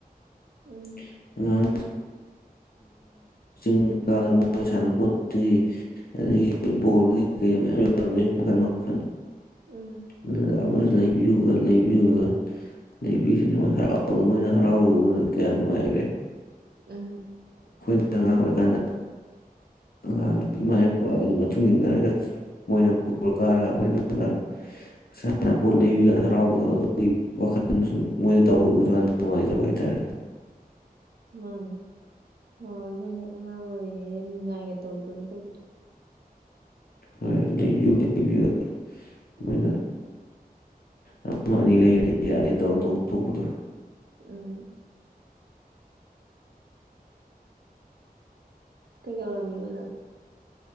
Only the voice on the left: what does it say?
<unintelligible> <unintelligible>
<unintelligible> ꯆꯤꯡꯗ ꯃꯣꯏ ꯁꯥꯟꯅꯄꯣꯠꯇꯒꯤ ꯑꯗꯒꯤ ꯕꯣꯜꯒꯤ ꯀꯩ ꯃꯌꯥꯝ ꯌꯥꯎꯔꯝꯃꯦ ꯃꯈꯟ ꯃꯈꯟ
ꯎꯝ <unintelligible> ꯂꯩꯕꯤꯌꯨꯒ ꯂꯩꯕꯤꯌꯨꯒ ꯂꯩꯕꯤꯁꯤꯅ ꯃꯣꯏ ꯍꯔꯥꯎ ꯃꯣꯏꯅ ꯍꯔꯥꯎꯕ ꯎꯕꯗ ꯀꯌꯥ ꯅꯨꯡꯉꯥꯏꯒꯔꯦ
ꯅꯪ ꯑꯉꯥꯡ ꯑꯣꯏꯔꯤꯀꯥꯟꯗ ꯑꯉꯥꯡ ꯏꯃꯥꯄꯥ ꯃꯇꯨꯡ ꯏꯟꯅꯔꯒ ꯃꯣꯏꯅ ꯄꯨꯔ ꯀꯥꯔꯒ ꯑꯩꯈꯣꯏꯅꯔ ꯁꯥꯟꯅ ꯄꯣꯠ ꯂꯩꯕꯤ ꯀꯥꯟꯅ ꯍꯔꯥꯎꯕꯗꯣ ꯑꯗꯨꯒꯤ ꯋꯥꯈꯜ ꯁꯨꯝ ꯃꯣꯏꯅ ꯇꯧꯕ ꯎꯗ ꯀꯥꯟꯗ ꯅꯨꯡꯉꯥꯏꯖꯕ ꯍꯥꯏꯇꯥꯥꯔꯦ
ꯍꯣꯏ ꯂꯩꯕꯤꯌꯨ ꯂꯩꯕꯤꯌꯨ
ꯃꯣꯏꯅ ꯑꯃ ꯑꯅꯤ ꯂꯩꯔꯗꯤ ꯌꯥꯔꯦ ꯇꯧꯔꯒ ꯇꯣꯛꯊꯣꯛꯄꯗꯣ ꯫